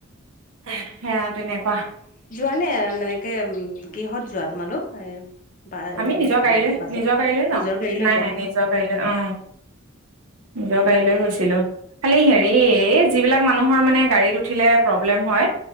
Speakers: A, on the right; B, on the left.
A: সেয়া তেনেকুৱা
B: মানে মানেকে উ কিহত যোৱা তোমালোক এ বা
A: আমি নিজৰ গাড়ীলৈ
B: বাছত
A: নিজৰ গাড়ীলৈ যাওঁ
B: নিজৰ গাড়ী লৈ
A: নাই
B: যোৱা
A: নাই
B: ন
A: নিজৰ গাড়ীলৈ অ নিজৰ গাড়ীলৈ গৈছিলো। খালি হেৰি যিবিলাক মানুহৰ মানে গাড়ীত উঠিলে প্ৰব্লেম হয়।